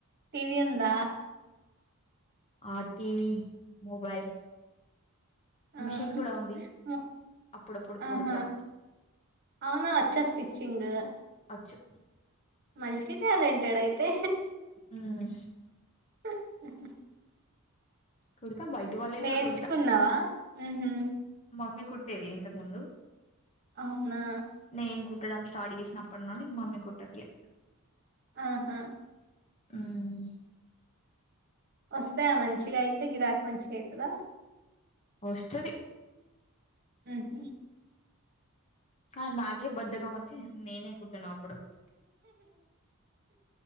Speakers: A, on the right (about 45°); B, on the left (about 30°).
A: టీవి ఉందా
B: ఆ టివి మొబైల్
A: ఆ
B: మిషిన్ కూడా ఉంది
A: మ-
B: అప్పుడప్పుడు
A: ఆహా
B: కుడుతా
A: అవునా వచ్చా స్టిచ్చింగ్
B: అచ్చు
A: మల్టీ టాలెన్టెడ్ అయితే
B: హ్మ్.
A: <inaudible>
B: కుడ్ బయటి వాళ్ళయి
A: నేర్చుకున్నావా
B: కూడా కుడుతా
A: ఉహు
B: మమ్మీ కు ట్టేది ఇంతకు ముందు
A: అవునా
B: నేను కుట్టడం స్టార్ట్ చేసినప్పటి నుండి మమ్మీ కుట్టట్లే
A: ఆహా
B: ఉమ్
A: వస్తాయా మంచిగా అయితే గిరాక మంచిగ అయితదా
B: వస్తది
A: ఉ
B: ఆ నాకే బద్దకం వచ్చి నేనే కుట్టాను అప్పుడప్పుడు